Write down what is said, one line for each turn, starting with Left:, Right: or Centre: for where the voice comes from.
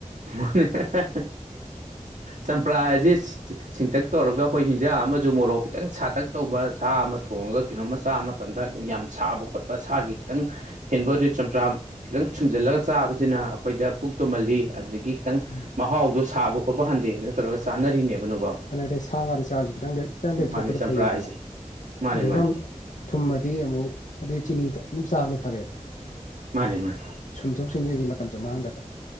Right: ꯃꯅꯦ <unintelligible>
Left: <inaudible>
Right: ꯆꯄ꯭ꯔꯁꯤ ꯁꯤꯟꯇꯛ ꯇꯧꯔꯒ ꯑꯩꯈꯣꯏ ꯍꯤꯟꯖꯥꯡ ꯑꯃꯁꯨ ꯃꯣꯔꯣꯛ ꯈꯤꯇꯪ ꯁꯥꯇꯛ ꯇꯧꯕ ꯁꯥ ꯑꯃ ꯊꯣꯡꯉꯒ ꯀꯩꯅꯣ ꯃꯆꯥ ꯑꯃ ꯃꯇꯝꯗ ꯌꯥꯝ ꯁꯥꯕ ꯈꯣꯠꯄ ꯁꯥꯒꯤ ꯈꯤꯇꯪ ꯍꯦꯟꯕꯣꯗ ꯆꯝꯄ꯭ꯔꯥ ꯈꯤꯇꯪ ꯁꯨꯝꯖꯤꯜꯂꯒ ꯆꯥꯕꯁꯤꯅ ꯑꯩꯈꯣꯏꯗ ꯄꯨꯛ ꯇꯨꯝꯍꯜꯂꯤ꯫ ꯑꯗꯨꯗꯒꯤ ꯈꯤꯇꯪ
Left: ꯎꯝ
Right: ꯃꯍꯥꯎꯗꯣ ꯁꯥꯕ ꯈꯣꯠꯄ ꯍꯟꯗꯦꯅ ꯇꯧꯔꯒ ꯆꯥꯅꯔꯤꯅꯦꯕꯅꯣꯕ
Left: ꯑꯗꯨ ꯑꯗꯩ ꯁꯥ ꯉꯥꯗ ꯆꯥꯔꯖꯁꯨ ꯈꯤꯇꯪ ꯈꯤꯇꯪ ꯂꯦꯛꯞꯊꯣꯛꯄꯗ
Right: ꯃꯥꯅꯦ ꯆꯝꯄ꯭ꯔꯥ
Left: ꯐꯩꯌꯦꯗꯅ
Right: ꯍꯥꯏꯁꯦ ꯃꯥꯅꯦ
Left: ꯑꯗꯨꯗ
Right: ꯃꯥꯅꯦ
Left: ꯊꯨꯝꯃꯗꯤ ꯑꯃꯨꯛ ꯑꯗꯩ ꯆꯤꯅꯤꯗ ꯑꯗꯨꯝ ꯆꯥꯕꯅ ꯐꯔꯦꯕ
Right: ꯃꯥꯅꯦ ꯃꯥꯅꯦ
Left: ꯁꯨꯝꯗꯣꯛ ꯁꯨꯝꯖꯤꯟꯒꯤ ꯃꯇꯝꯁꯨ ꯃꯥꯡꯗꯕ